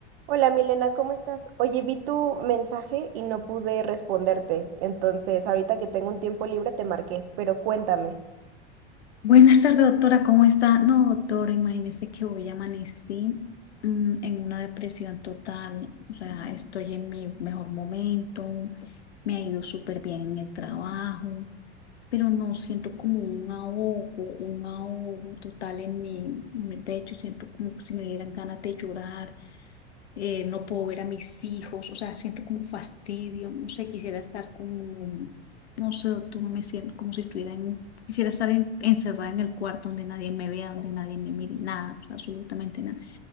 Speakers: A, on the right (about 65°); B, on the left (about 85°).
A: Hola Milena, ¿cómo estás? Oye, vi tu mensaje y no pude responderte, entonces ahorita que tengo un tiempo libre te marqué, pero cuéntame.
B: Buenas tardes, doctora, ¿cómo está? No, doctora, imagínese que hoy amanecí mm, en una depresión total. O sea, estoy en mi mejor momento, me ha ido súper bien en el trabajo, pero no siento como un ahogo, un ahogo total en mi, en mi pecho, siento como que si me dieran ganas de llorar, eh, no puedo ver a mis hijos, o sea, siento como fastidio, no sé, quisiera estar como, no sé, tú no me siento como si estuviera en, quisiera estar en- encerrada en el cuarto donde nadie me vea, donde nadie me mire, nada, o sea, absolutamente nada.